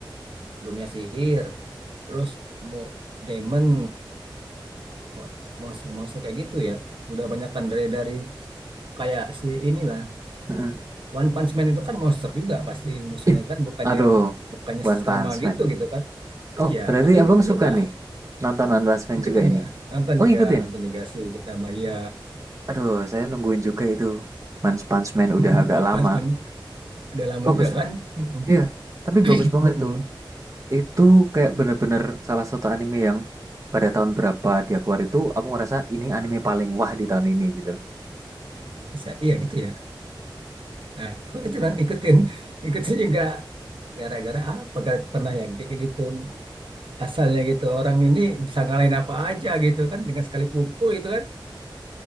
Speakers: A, on the right; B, on the right.
A: dunia sihir terus mau demon mo- monster-monster kayak gitu ya udah banyakan dari dari kayak si inilah
B: Mm-mm.
A: One Punch Man itu kan monster juga pasti musuhnya
B: Ih,
A: kan bukannya
B: aduh.
A: bukannya
B: One
A: sesama
B: Punch
A: gitu
B: Man.
A: gitu kan
B: Oh,
A: iya
B: berarti
A: aku ikutin
B: abang suka
A: juga
B: nih nonton One Punch Man
A: <laughs> ikutin
B: juga ini.
A: juga nonton
B: Oh,
A: juga
B: ngikutin.
A: nonton juga sih kita Maya
B: Aduh, saya nungguin juga itu. One Punch Man
A: <laughs>
B: udah agak lama.
A: Mas, men, udah lama
B: Bagus.
A: juga kan? Mm-mm.
B: Iya, tapi
A: <clears throat>
B: bagus banget
A: Mm-mm.
B: itu. Itu kayak bener-bener salah satu anime yang pada tahun berapa dia keluar itu aku ngerasa ini anime paling wah di tahun ini gitu.
A: Bisa, iya gitu ya. Nah, aku itu kan ikutin, ikutin juga gara-gara apa? Gak pernah ya kayak kayak gitu. Asalnya gitu orang ini bisa ngalahin apa aja gitu kan dengan sekali pukul gitu kan.